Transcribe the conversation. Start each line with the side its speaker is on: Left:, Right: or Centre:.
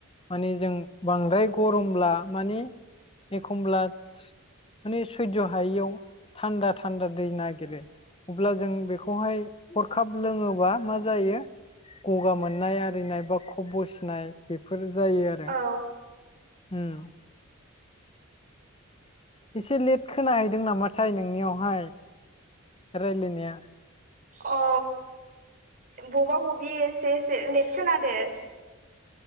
Left: माने जों बांद्राय गरमब्ला मानि एखनब्ला मानि सैज' हायियाव थान्दा थान्दा दै नागिरो अब्ला जों बेखौहाय हरखाब लोङोबा मा जायो गगा मोननाय आरिनाय बा खब बसिनाय बेफोर जायो आरो
Right: औ
Left: ओम एसे लेट खोनाहैदों नामाथाय नोंनियावहाय रायलायनिया
Right: अ बबा बबि एसे एसे लेट खोनादो